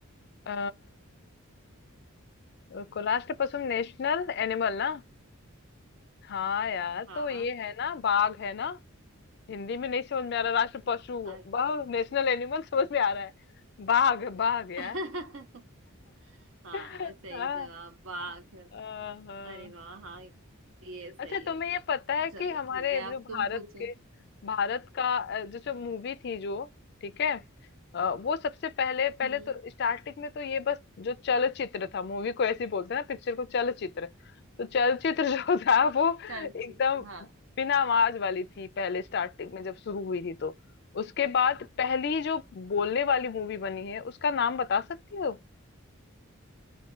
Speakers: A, on the left; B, on the right.
A: अ, रुको राष्ट्र पशु नेशनल एनिमल ना हाँ यार
B: हाँ
A: तो ये है ना बाघ है ना हिंदी में नहीं समझ में आ रहा राष्ट्र पशु
B: अ-
A: बहु नेशनल एनिमल समझ में आ रहा है बाघ बाघ यार
B: <laughs> हाँ
A: <laughs>
B: सही
A: हाँ
B: जवाब वाह
A: हाँ हाँ।
B: अरे वाह हाँ ये
A: अच्छा
B: सही
A: तुम्हें
B: है
A: ये पता है कि
B: चलो
A: हमारे
B: ठीक है अब
A: जो भारत
B: तुम पूछो
A: के भारत का अ, जैसे मूवी थी जो ठीक है अ, वो सबसे पहले पहले
B: हम्म
A: तो स्टार्टिंग में तो ये बस जो चलचित्र था मूवी को ऐसे ही बोलते हैं ना पिक्चर को चलचित्र तो चलचित्र जो <laughs> था वो
B: चल
A: एकदम
B: चुप हाँ
A: बिना आवाज वाली थी पहले स्टार्टिंग में जब शुरू हुई थी तो उसके बाद पहली जो बोलने वाली मूवी बनी है उसका नाम बता सकती हो